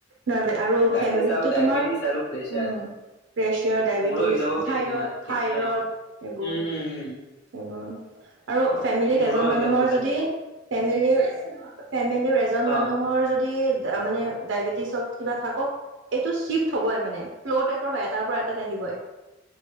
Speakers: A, on the right; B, on the left.
A: না দে আৰু
B: যাকে
A: ফেমিলিতটো
B: চাও ডায়বেটিছ
A: তোমাৰ
B: আৰু প্ৰেছাৰ
A: উম প্ৰেচাৰ ডায়বেটিছ
B: মোৰো হৈ যাব
A: থাইৰড
B: কোনদিনা ঠিক
A: থাইৰড
B: নাই
A: এইবোৰ
B: উম উম উম
A: সেবোৰ আৰু ফেমিলিত
B: মোৰো
A: এজন
B: হৈ
A: মানুহৰ
B: যাব চাগে
A: যদি ফেমিলি ফেমিলিৰ এজন
B: অ'।
A: মানুহৰ যদি মানে ডাইবিটিচ কিবা থাকক এইটো চিপ হ'ব মানে ফ্ল' টাইপৰ হয় এ তাৰ পৰা এটাত আহিবই